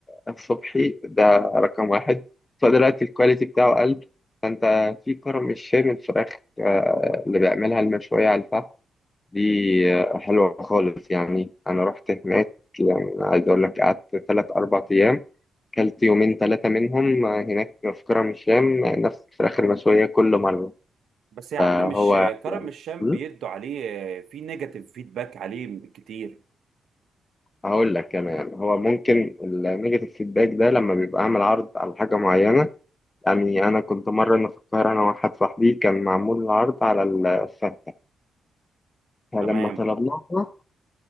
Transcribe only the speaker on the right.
بس يا
عم مش كرم الشام
بيدوا عليه آه، في نيجاتيف فيدباك عليه كتير
تمام